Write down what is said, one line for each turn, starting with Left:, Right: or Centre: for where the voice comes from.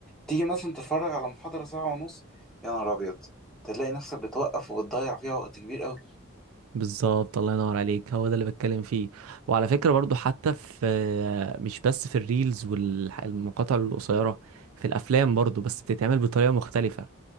Centre: تيجي مثلا تتفرج على محاضرة ساعة ونص يا نهار أبيض تلاقي نفسك بتوقف وبتضيع فيها وقت كبير أوي
Right: بالظبط الله ينور عليك هو ده اللي بتكلم فيه وعلى فكرة برضو حتى في مش بس في الريلز والمقاطع القصيرة في الأفلام برضو بس بتتعمل بطريقة مختلفة